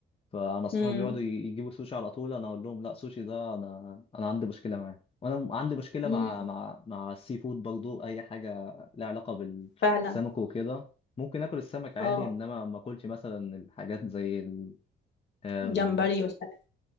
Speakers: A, on the left; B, on the left.
A: فانا اصحابي
B: امم
A: بيقعدوا ي- يجيبوا سوشي على طول انا اقول لهم لا سوشي ده انا انا عندي مشكله معاه وانا عندي مشكله
B: امم
A: مع مع مع السي فود برضو اي حاجه لها علاقه بالسمك
B: فعلا
A: وكده ممكن اكل السمك عادي
B: اه
A: انما ما اكلش مثلا الحاجات زي ال... أم،
B: جمبري والحاجات